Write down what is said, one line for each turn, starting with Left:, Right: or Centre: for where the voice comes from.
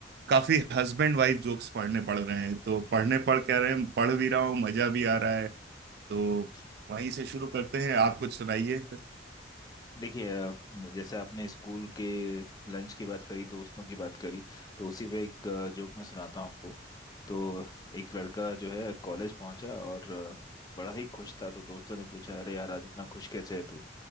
Right: काफी हस्बैंड वाइफ जोक्स पढ़ने पड़ रहे हैं तो पढ़ने पढ़ कह रहे हैं पढ़ भी रहा हूँ मजा भी आ रहा है तो
Left: <laughs>
Right: वहीं से शुरू करते हैं आप कुछ सुनाइए
Left: देखिए अ, जैसे आपने स्कूल के लंच की बात करी दोस्तों की बात करी तो उसी पे एक जोक मैं सुनाता हूँ आपको तो एक लड़का जो है कॉलेज पहुंचा और अ, बड़ा ही खुश था तो दोस्तों ने पूछा अरे यार आज इतना खुश कैसे है तू